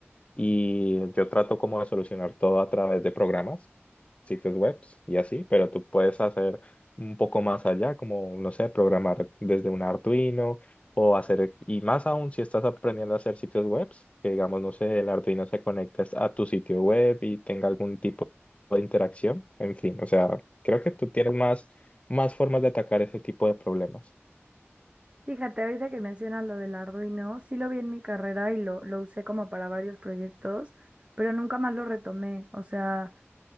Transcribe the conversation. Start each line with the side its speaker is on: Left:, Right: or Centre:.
Left: Y yo trato como de solucionar todo a través de programas, sitios web y así, pero tú puedes hacer un poco más allá, como, no sé, programar desde un Arduino o hacer, y más aún si estás aprendiendo a hacer sitios web, que digamos, no sé, el Arduino se conecte a tu sitio web y tenga algún tipo de interacción, en fin, o sea, creo que tú tienes más, más formas de atacar ese tipo de problemas.
Right: Fíjate, ahorita que mencionas lo del Arduino, sí lo vi en mi carrera y lo, lo usé como para varios proyectos, pero nunca más lo retomé. O sea,